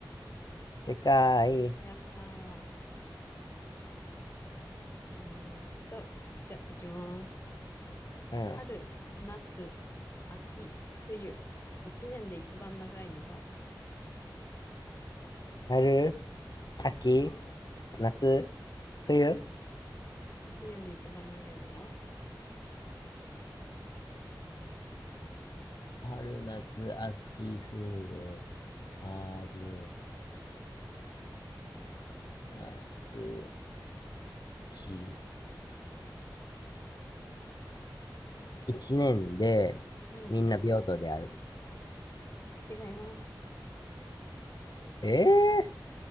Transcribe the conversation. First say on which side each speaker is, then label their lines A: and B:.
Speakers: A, on the left (about 60°); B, on the left (about 30°).
A: 世界、
B: やったー。うーんと、じゃあ、いきます。
A: うん。
B: 春、夏、秋、冬。一年で一番長いのは
A: 春、秋、夏、冬。
B: 一年で一番長いのは
A: 春、夏、秋、冬、春、夏、秋。一年でみんな平等である。
B: うん、違います。
A: ええー